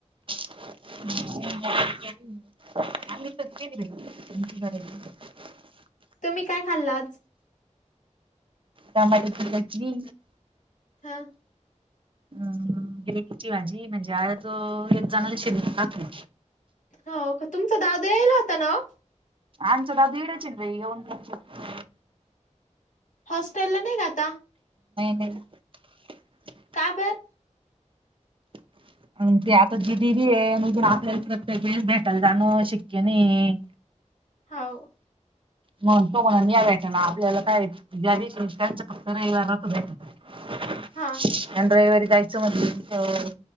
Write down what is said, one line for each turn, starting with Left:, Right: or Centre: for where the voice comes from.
Right: हम्. <unintelligible>
Left: तुम्ही काय खाल्ला आज?
Right: टमाटरची चटनी.
Left: हा.
Right: हा गिलकीची भाजी म्हणजे आज त एक जण शे टाकली.
Left: हो का तुमचा दादा यायला होता ना.
Right: आमचा दादू इडेचे आहे येऊन जाऊन.
Left: हॉस्टेल ला नाही आता.
Right: ह <unintelligible>
Left: का बर.
Right: <unintelligible> आणि ते आता जी दिदी आहे जून आपल्याला प्रत्येक वेळेस भेटायला जाणं शिक्य नाही.
Left: हाव.
Right: मण तो म्हणन या भेटे ना आपल्याला काय ज्या दिवसी त्यांच फक्त रविवारच भेट
Left: हा
Right: एडे वारी जायच म्हटल की.